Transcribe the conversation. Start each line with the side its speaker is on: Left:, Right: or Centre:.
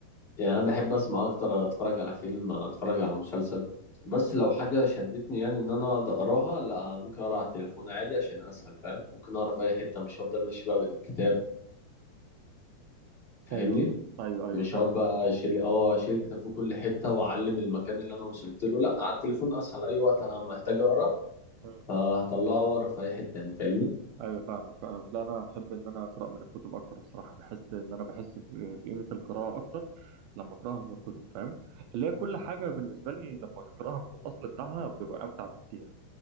Left: يعني انا بحب اسمع اكتر اتفرج على فيلم اتفرج على مسلسل بس لو حاجه شدتني يعني ان انا أقعد اقراها لا ممكن اقرا على التليفون عادي عشان اسهل فاهم ممكن اقرا في اي حته مش هفضل ماشي بقى بالكتاب فاهمني
Right: ايوه ايوه ايوه
Left: مش
Right: فاهم
Left: هقعد بقى اشيل اه اشيل كتاب في كل حته واعلم المكان اللي انا وصلت له لا على التليفون اسهل اي وقت انا محتاج اقرا
Right: فاهم
Left: فهطلعه واقرا في اي حته يعني فاهمني
Right: ايوه فاهمك فاهمك لا انا احب ان انا اقرا من الكتب اكتر بصراحه بحس ان انا بحس ب- بقيمه القراءه اكتر لما اقراها من الكتب فاهم اللي هي كل حاجه بالنسبه لي لما اقراها من الاصل بتاعها ببقى امتع بكتير